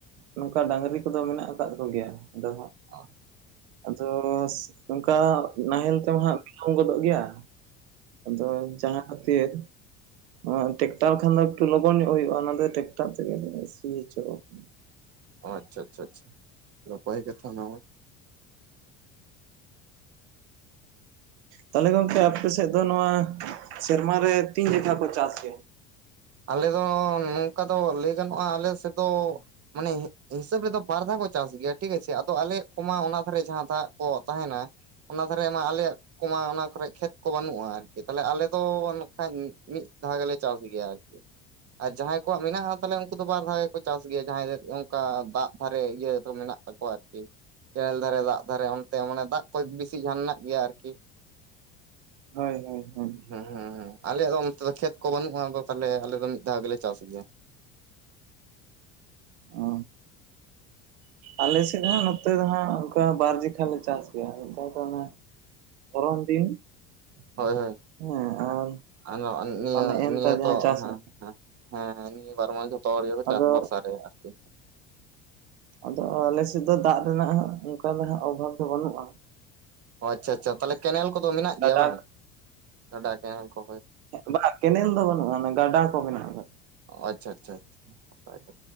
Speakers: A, on the right; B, on the right.
A: ᱱᱚᱝᱠᱟ ᱰᱟᱹᱝᱨᱤ ᱠᱚᱫᱚ ᱢᱮᱱᱟᱜ ᱟᱠᱟᱫ ᱠᱚᱜᱮᱭᱟ ᱟᱫᱚ ᱦᱟᱸᱜ
B: ᱚ
A: ᱟᱫᱚ ᱚᱱᱠᱟ ᱱᱟᱦᱮᱞ ᱛᱮᱢᱟ ᱦᱟᱜ ᱵᱤᱞᱚᱢ ᱜᱚᱫᱚᱜ ᱜᱮᱭᱟ ᱟᱫᱚ ᱡᱟᱦᱟᱸ ᱴᱮᱠᱴᱟᱨ ᱠᱷᱟᱱ ᱫᱚ ᱞᱚᱜᱚᱱ ᱧᱚᱜ ᱦᱩᱭᱩᱜ-ᱟ ᱚᱱᱟ ᱴᱮᱠᱴᱟᱨ ᱨᱮᱜᱮᱞᱮ ᱥᱤᱭᱟ ᱥᱤ ᱦᱚᱪᱚ ᱠᱟᱫᱟ
B: ᱟᱪᱪᱷᱟ ᱟᱪᱪᱷᱟ ᱟᱪᱪᱷᱟ ᱱᱟᱯᱟᱭ ᱠᱟᱛᱷᱟ ᱚᱱᱟᱢᱟ
A: ᱛᱟᱦᱚᱞᱮ ᱜᱚᱝᱠᱮ ᱟᱯᱮ ᱥᱮᱫ ᱫᱚ ᱱᱚᱣᱟ ᱥᱮᱨᱢᱟ ᱨᱮ ᱛᱤᱱ ᱞᱮᱠᱟ ᱠᱚ ᱪᱟᱥ ᱜᱮᱭᱟ
B: ᱟᱞᱮ ᱫᱚ ᱱᱚᱝᱠᱟ ᱫᱚ ᱞᱟᱹᱭ ᱜᱟᱱᱚᱜ-ᱟ ᱟᱞᱮ ᱥᱮᱫ ᱫᱚ ᱢᱟᱱᱮ, ᱦᱤᱥᱟᱹᱵᱽ ᱨᱮ ᱫᱚ ᱵᱟᱨ ᱫᱷᱟᱣ ᱠᱚ ᱪᱟᱥ ᱜᱤᱭᱟ ᱴᱷᱤᱠ ᱟᱪᱷᱮ ᱟᱫᱚ ᱟᱞᱮ ᱠᱚᱢᱟ ᱚᱱᱟ ᱫᱷᱟᱨᱮ ᱡᱟᱦᱟᱸ ᱫᱷᱟᱜ ᱠᱚ ᱛᱟᱦᱮᱱᱟ ᱚᱱᱟ ᱫᱷᱟᱨᱮ ᱢᱟ ᱟᱞᱮᱭᱟᱜ ᱠᱚᱢᱟ ᱚᱱᱟ ᱠᱚᱨᱮ ᱠᱷᱮᱛ ᱠᱚ ᱵᱟᱹᱱᱩᱜ-ᱟ ᱟᱨᱠᱤ ᱛᱟᱦᱚᱞᱮ ᱟᱞᱮ ᱫᱚ ᱚᱝ ᱠᱷᱟᱱᱡ ᱢᱤᱫ ᱫᱷᱟᱣ ᱜᱮᱞᱮ ᱪᱟᱥ ᱜᱮᱭᱟ ᱟᱨᱠᱤ ᱟᱨ ᱡᱟᱦᱟᱸᱭ ᱠᱚᱣᱟᱜ ᱢᱮᱱᱟᱜ-ᱟ ᱛᱟᱦᱚᱞᱮ ᱩᱱᱠᱩ ᱫᱚ ᱵᱟᱨ ᱫᱷᱟᱣ ᱮ ᱠᱚ ᱪᱟᱥ ᱜᱮᱭᱟ ᱡᱟᱦᱟᱸᱭ ᱫᱚ ᱚᱱᱠᱟ ᱫᱟᱜ ᱫᱷᱟᱨᱮ ᱤᱭᱟᱹ ᱫᱚ ᱢᱮᱱᱟᱜ ᱛᱟᱠᱚᱣᱟ ᱟᱨᱠᱤ ᱠᱮᱱᱮᱞ ᱫᱷᱟᱨᱮ ᱫᱟᱜ ᱫᱷᱟᱨᱮ ᱚᱱᱛᱮ ᱢᱟᱱᱮ ᱫᱟᱜ ᱠᱚ ᱵᱮᱥᱤ ᱡᱟᱦᱟᱱ ᱢᱮᱱᱟᱜ ᱜᱮᱭᱟ ᱟᱨᱠᱤ
A: ᱦᱳᱭ ᱦᱳᱭ ᱦᱳᱭ
B: ᱦᱮᱸ ᱦᱮᱸ ᱦᱮᱸ ᱟᱞᱮᱭᱟᱜ ᱫᱚ ᱚᱱᱛᱮ ᱠᱷᱮᱛ ᱠᱚ ᱵᱟᱹᱱᱩᱜ-ᱟ ᱟᱫᱚ ᱛᱟᱦᱞᱮ ᱟᱞᱮ ᱫᱚ ᱢᱤᱫ ᱫᱷᱟᱣ ᱜᱮᱞᱮ ᱪᱟᱥ ᱜᱮᱭᱟ
A: ᱚ ᱟᱞᱮᱥᱮᱫ ᱦᱚᱸ ᱱᱚᱛᱮ ᱫᱚ ᱦᱥᱜ ᱚᱱᱠᱟ ᱵᱟᱨᱡᱮᱜᱷᱟ ᱞᱮ ᱪᱟᱥ ᱜᱮᱭᱟ ᱱᱮᱛᱟᱨ ᱫᱚ ᱚᱱᱮ ᱯᱚᱨᱚᱢ ᱫᱤᱱ
B: ᱦᱳᱭ ᱦᱳᱭ
A: ᱦᱮᱸ
B: ᱟᱨ ᱱᱤᱭᱟᱹ
A: ᱟᱨ ᱱᱮᱜᱼᱮ ᱱᱮᱛᱟᱨ
B: ᱱᱤᱭᱟᱹ
A: ᱡᱟᱦᱟᱸ
B: ᱛᱚ
A: ᱪᱟᱥ
B: ᱦᱮᱸ ᱦᱮᱸ
A: ᱦᱩᱭᱩᱜ
B: ᱦᱮᱸ ᱦᱮᱸ ᱱᱤᱭᱟᱹ ᱵᱟᱨ ᱢᱟᱥ ᱡᱚᱛᱚ ᱦᱚᱲ ᱜᱮ
A: ᱟᱫᱚ
B: ᱪᱟᱥ ᱵᱚᱨᱥᱟ ᱨᱮ ᱟᱨᱠᱤ
A: ᱟᱫᱚ ᱟᱞᱮᱥᱮᱫ ᱫᱚ ᱫᱟᱜ ᱨᱮᱱᱟᱜ ᱦᱟᱜ ᱚᱱᱠᱟ ᱫᱚ ᱦᱟᱸᱜ ᱚᱵᱷᱟᱵᱽ ᱫᱚ ᱵᱟᱹᱱᱩᱜ-ᱟ᱾
B: ᱟᱪᱪᱷᱟ ᱟᱪᱪᱷᱟ ᱛᱟᱦᱞᱮ ᱠᱮᱱᱮᱞ ᱠᱚ ᱫᱚ ᱢᱮᱱᱟᱜ
A: ᱜᱟᱰᱟ
B: ᱜᱮᱭᱟ ᱵᱟᱝ ᱜᱟᱰᱟ ᱠᱮᱱᱮᱞ ᱠᱚ
A: ᱵᱟᱝ ᱠᱮᱱᱮᱞ ᱫᱚ ᱵᱟᱹᱱᱩᱜ-ᱟ ᱜᱟᱰᱟ ᱠᱚ ᱢᱮᱱᱟᱜ ᱟᱠᱟᱫᱟ
B: ᱳ ᱟᱪᱪᱷᱟ ᱟᱪᱪᱷᱟ ᱱᱟᱯᱟᱭᱜᱮ